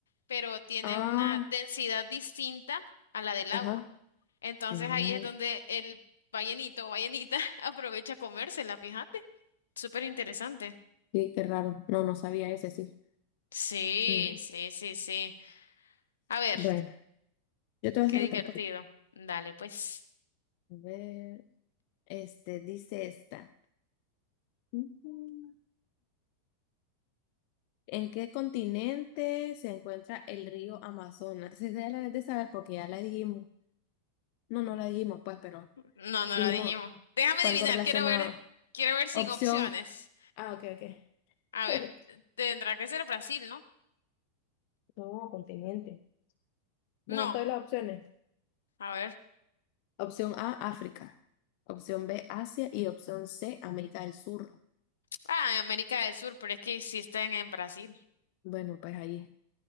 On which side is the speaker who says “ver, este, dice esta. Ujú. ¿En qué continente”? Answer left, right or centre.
Left